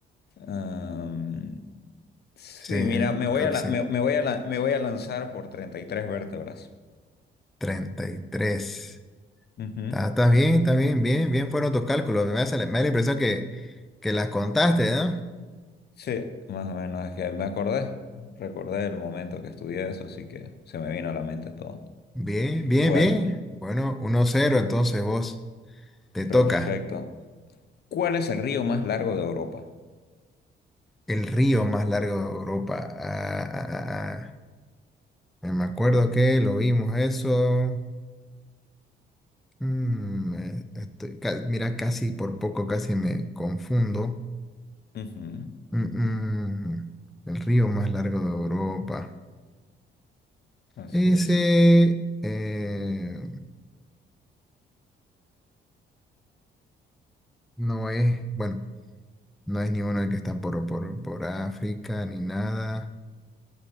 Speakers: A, on the left (about 55°); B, in the centre.
A: am, sí,
B: Sí, eh,
A: mira, me voy
B: creo
A: a,
B: que
A: la-
B: sí.
A: me, me voy a, la- me voy a lanzar por 33 vértebras.
B: 33.
A: Ujú.
B: Está- Estás bien, está bien, bien, bien fueron tus cálculos. Me hace la- me da la impresión que, que las contaste, ¿no?
A: Sí, más o menos, es que me acordé, recordé el momento que estudié eso, así que se me vino a la mente todo.
B: Bien, bien,
A: Bueno,
B: bien. Bueno, uno cero. entonces vos te toca
A: perfecto. ¿Cuál es el río más largo de Europa?
B: el río más largo de Europa. Ah, ah, ah, ah. Me acuerdo que lo vimos eso. Mm, eh, estoy ca- mira, casi por poco, casi me confundo.
A: Ujú,
B: Mm, mm, el río más largo de Europa.
A: Así
B: Ese
A: es.
B: eh, no es, bueno, no es ni uno el que está por, por, por África ni nada.